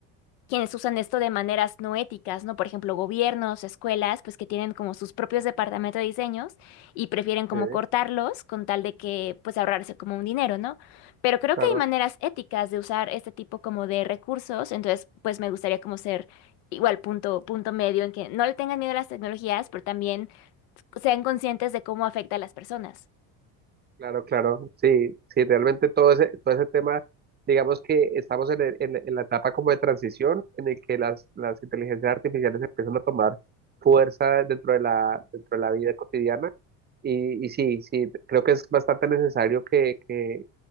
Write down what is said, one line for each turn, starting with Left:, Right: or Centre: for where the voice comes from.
Left: quienes usan esto de maneras no éticas, ¿no? Por ejemplo, gobiernos, escuelas, pues que tienen como sus propios departamentos de diseños y prefieren como
Right: sí,
Left: cortarlos con tal de que pues ahorrarse como un dinero, ¿no? Pero creo
Right: claro.
Left: que hay maneras éticas de usar este tipo como de recursos, entonces pues me gustaría como ser igual punto, punto medio en que no le tengan miedo a las tecnologías, pero también sean conscientes de cómo afecta a las personas.
Right: Claro, claro, sí, sí, realmente todo ese, todo ese tema, digamos que estamos en, el- en- en la etapa como de transición en el que las, las inteligencias artificiales empiezan a tomar fuerza dentro de la, dentro de la vida cotidiana y, y sí, sí, creo que es bastante necesario que, que,